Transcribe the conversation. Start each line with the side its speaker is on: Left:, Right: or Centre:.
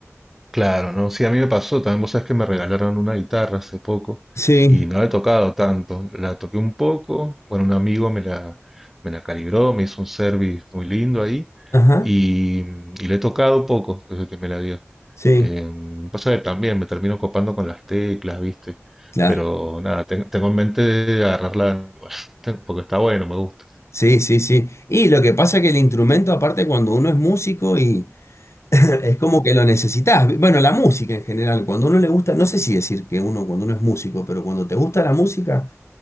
Centre: Claro, ¿no? Sí, a mí me pasó también, vos sabés que me regalaron una guitarra hace poco
Left: Sí,
Centre: y no la he tocado tanto, la toqué un poco, bueno, un amigo me la, me la calibró, me hizo un service muy lindo ahí
Left: Ajá,
Centre: y, y la he tocado poco desde que me la dio.
Left: sí,
Centre: Eh, pasa que también me termino copando con las teclas, ¿viste?
Left: claro.
Centre: Pero nada, ten- tengo en mente de agarrarla, <laughs> porque está bueno, me gusta.
Left: Sí, sí, sí. Y lo que pasa es que el instrumento, aparte, cuando uno es músico y <clears throat> es como que lo necesitas. Bueno, la música en general, cuando uno le gusta, no sé si decir que uno, cuando uno es músico, pero cuando te gusta la música.